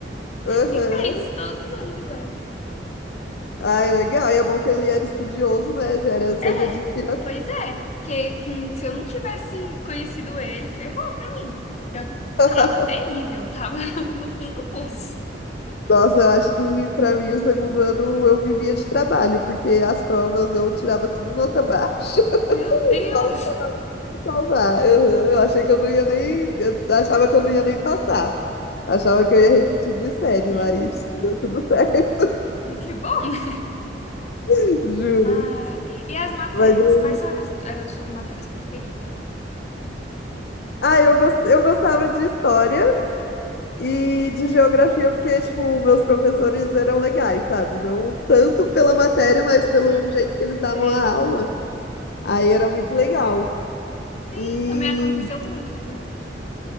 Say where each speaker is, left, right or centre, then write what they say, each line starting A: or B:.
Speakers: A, on the left (about 60°); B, on the left (about 40°).
A: Aham,
B: e fez todos os anos iguais.
A: Ai, legal. E é bom que ele era estudioso, né? Já era, servia
B: É,
A: de inspiração.
B: pois é, porque hum, se eu não tivesse conhecido ele, ferrou pra mim. Eu
A: <laughs>
B: tava terrível, tava <laughs> no fundo do poço.
A: Nossa, eu acho que pra mim o segundo ano eu vivia de trabalho, porque as provas eu tirava tudo nota baixa. <laughs>
B: Meu Deus!
A: salvar. Uhum, Eu achei que eu não ia nem. Eu achava que eu não ia nem passar. Achava que eu ia repetir de série,
B: Justo.
A: mas deu tudo certo,
B: Que bom, né?
A: <laughs> juro.
B: Ai, e as matérias?
A: Mas eu.
B: Quais são as- eram as suas matérias preferidas?
A: Ah, eu, gos- eu gostava de história e de geografia, porque, tipo, meus professores eram legais, sabe? Não tanto pela matéria,
B: Sei,
A: mas pelo jeito que eles davam
B: sei.
A: a aula. Aí era muito legal.
B: Sim,
A: E
B: também aconteceu muito comigo.